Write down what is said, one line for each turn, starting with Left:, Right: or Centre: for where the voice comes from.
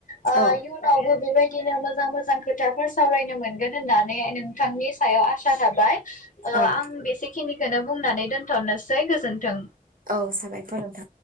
Left: ओ
Right: औ
Left: इउनावबो बिबाय दिनो मोजां मोजां खोथा फोसावलायनो मोनगोन होननानै नोंथांनि सायाव आसा थाबाय। ओ
Right: औ
Left: आं बेसे खिनिखौनो बुंनानै दोनथनोसै गोजोन्थों।
Right: औ साबायखर नोंथां